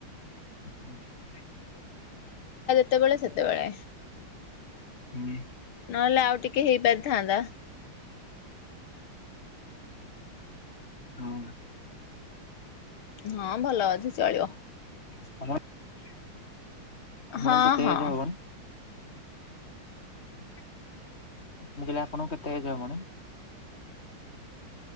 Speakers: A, on the left; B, on the left.
A: ହୁଁ <unintelligible>
B: ସେତେବେଳେ ସେତେବେଳେ
A: ହୁଁ
B: ନହେଲେ ଆଉ ଟିକେ ହେଇପାରିଥାନ୍ତା
A: ହଁ
B: ହଁ ଭଲ ଅଛି ଚଳିବ
A: ହ ଆପଣଙ୍କୁ
B: ହଁ
A: କେତେ
B: ହଁ
A: ଏଜ ହବ କଣ ମୁଁ କହିଲି ଆପଣଙ୍କୁ କେତେ ଏଜ ହବଣି